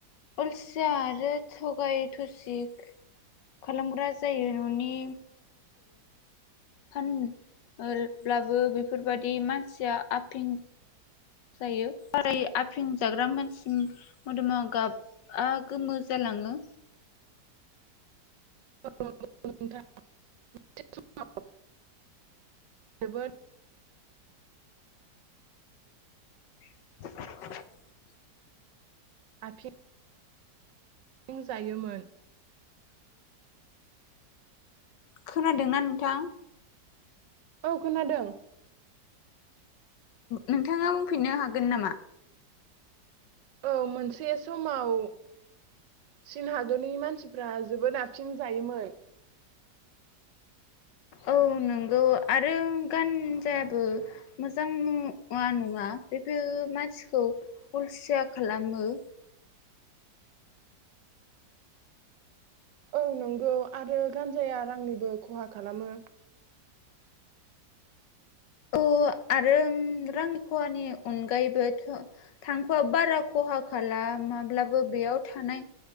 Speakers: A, on the left (about 85°); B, on the right (about 85°).
A: उलसिया आरो थगाय थुसिख खालामग्रा जायो न'नि फानब्लाबो बेफोरबायादि मानसिया आफिं जायो साराय आफिं जाग्रा मानसिनि मोदोमा गाबआ गोमो जालाङो।
B: <unintelligible> नोंथाङा जोबोद
A: <inaudible>
B: आफिं फिं जायोमोन
A: खोनादोंना नोंथां?
B: औ खोनादों
A: नोंथाङा बुंफिननो हागोन नामा?
B: औ मोनसे समाव चीन हादरनि मानसिफ्रा जोबोद आफिं जायोमोन।
A: औ नंगौ आरो गानजायाबो मोजां मुवा नङा बेफोर मानसिखौ उलसिया खालामो।
B: औ नंगौ आरो गानजाया रांनिबो खहा खालामो।
A: औ आरो रांनि खहानि अनगायैबो थांख'वआ बारा खहा खाला माब्लाबो बेयाव थानाय